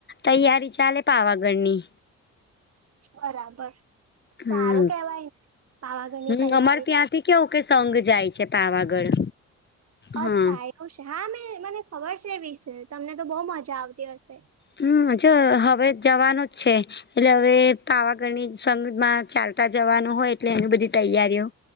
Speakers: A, on the left; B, on the right.
A: તૈયારી ચાલે પાવાગઢની.
B: બરાબર
A: હમ
B: સારું કેહેવાય ને પાવાગઢની
A: હમ
B: તૈયારી
A: અમારે ત્યાંથી કેવું કે સઘ જાય છે પાવાગઢ હા
B: અચ્છા એવું છે હા મેં મને ખબર છે એ વિશે તમને તો બહુ મજા આવતી હશે.
A: હમ જો હવે જવાનું જ છે. એટલે હવે પાવાગઢની સમજમાં ચાલતા જવાનું હોય એટલે એની બધી તૈયારીઓ.